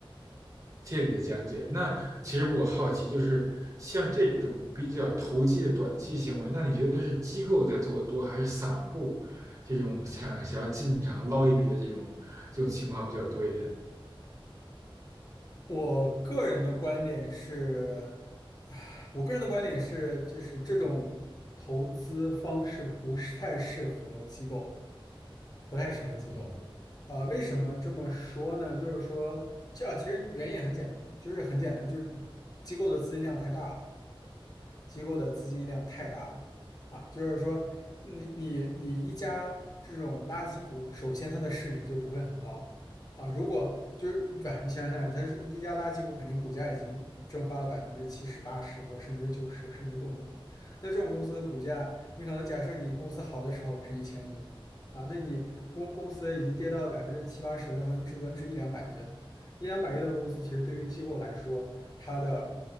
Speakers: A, on the right; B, on the left.
A: 谢谢你的讲解。那其实我好奇，就是像这种比较投机的短期行为，那你觉得是机构在做的多，还是散户这种想想要进场捞一笔的这种这种情况比较多一点呢？
B: 我个人的观点是，唉我个人的观点是，就是这种投资方式不是太适合机构，不太适合机构。
A: 嗯
B: 呃，为什么这么说呢？就是说，这其实原因也很简单，就是很简单，就是机构的资金量太大了。机构的资金量太大了啊，就是说你你你一家这种垃圾股，首先它的市值就不会很高啊，如果就是对，你想想，它是一家垃圾股，肯定股价已经蒸发了百分之七十、八十，或甚至九十，甚至更多。那这种公司的股价，你可能假设你公司好的时候值一千亿啊，那你公公司已经跌到了百分之七八十的时候，你只能值一两百亿了。一两百亿的公司，其实对于机构来说，它的